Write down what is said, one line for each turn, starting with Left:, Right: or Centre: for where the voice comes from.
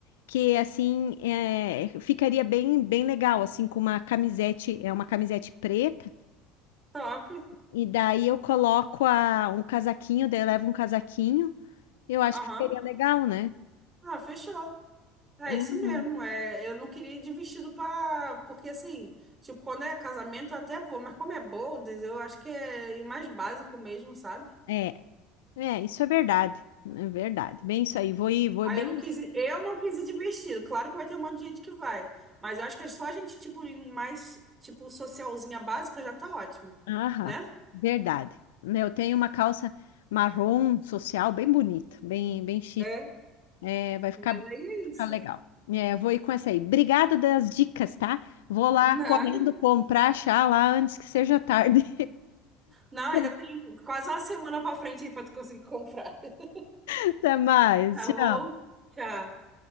Left: que assim é, ficaria bem bem legal assim com uma camisete é uma camisete preta
Right: top.
Left: E daí eu coloco a, um casaquinho, daí eu levo um casaquinho. Eu acho
Right: Aham.
Left: que ficaria legal, né?
Right: Ah, fechou. É
Left: Uhum.
Right: isso mesmo. É, eu não queria ir de vestido para, porque assim, tipo, quando é casamento eu até vou, mas como é bold, eu acho que é ir mais básico mesmo, sabe?
Left: É, é, isso é verdade. É verdade. Bem isso aí. Vou ir, vou
Right: Aí
Left: bem.
Right: eu não quis
Left: assim.
Right: ir, eu não quis ir de vestido. Claro que vai ter um monte de gente que vai, mas eu acho que é só a gente tipo em mais tipo socialzinha básica já tá ótimo,
Left: Aham,
Right: né?
Left: verdade. Né, Eu tenho uma calça marrom social bem bonita, bem, bem chique.
Right: É,
Left: É, vai ficar,
Right: Mas aí é
Left: vai ficar
Right: isso.
Left: legal. É, eu vou ir com essa aí. Obrigada das dicas, tá? Vou lá
Right: Nada.
Left: correndo comprar, achar lá antes que seja tarde.
Right: Não, ainda
Left: <laughs>
Right: tem quase uma semana pra frente aí pra tu conseguir comprar. <laughs>
Left: Até mais.
Right: Tá
Left: Tchau.
Right: bom? Tchau.